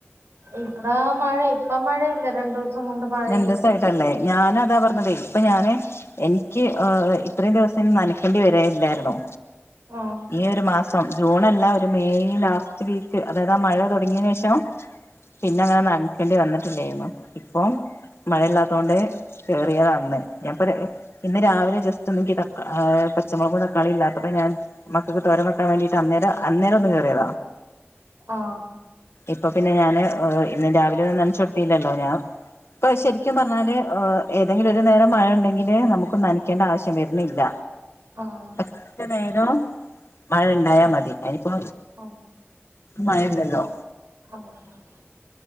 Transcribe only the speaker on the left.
രണ്ടൂസ ആയിട്ട് അല്ലേ ഞാനതാ
പറഞ്ഞത് ഇപ്പോ ഞാന് എനിക്ക് ആ അ ഇത്രയും ദിവസം നനക്കേണ്ടി വരെ ഇല്ലായിരുന്നു.
ഈ ഒരു മാസം. ജൂണല്ല ഒരു മെയ് ലാസ്റ്റ് വീക്ക് അതായത് ആ മഴ തുടങ്ങിയന് ശേഷം. പിന്നെ അങ്ങനെ നനക്കേണ്ടി വന്നിട്ടില്ലായിരുന്നു. ഇപ്പോ മഴയില്ലത്തോണ്ട് കേറിയതാ അന്ന് ഞ <unintelligible> പ്പോ ഇന്ന് രാവിലെ ജസ് ഏ പച്ചമുളകും തക്കാളിം ഇല്ലാത്തപ്പോ ഞാൻ മക്കക്ക് തോരൻ വെക്കാൻ വേണ്ടിട്ട് അന്നേരം അന്നേരം ഒന്ന് കേ <unintelligible>
അപ്പൊ പിന്നെ ഞാന് ഇന്ന് രാവിലെ ഒന്നും നനച്ചൊട്ത്തീല്ലല്ലോ ഞാൻ ഇപ്പൊ ശരിക്കും പറഞ്ഞാല് ഏ ഏതെങ്കിലും ഒരു നേരം മഴ ഉണ്ടെങ്കില് നമുക്ക് നനക്കേണ്ട ആവശ്യം വരുന്നില്ല.
എത്ര നേരം മഴണ്ടായാ മതി, അയിനിപ്പോ
മഴ ഉണ്ടല്ലോ.